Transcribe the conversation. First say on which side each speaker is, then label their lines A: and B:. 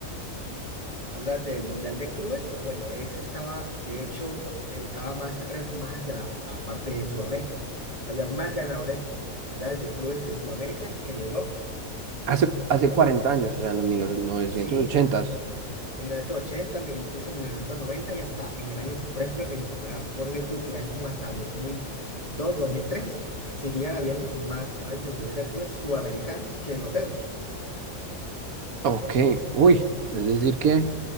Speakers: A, on the left; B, on the right.
A: Hablas del Mundial de Clubes. Bueno, ese estaba, de hecho, estaba más, re- más hacia la a parte de Sudamérica. Había más ganadores mundiales de clubes de Sudamérica que de Europa.
B: Hace, hace 40 años, o sea, en los mil no, novecientos
A: Sí,
B: ochentas
A: 1980, mi- incluso 1990 y hasta en el año, por ejemplo, en, ah, ponle tú por ahí como hasta dos mil dos dos mil mil tres seguían habiendo más ganadores del Mundial de Clubes sudamericanos que europeos.
B: Ok, uy. Es decir que,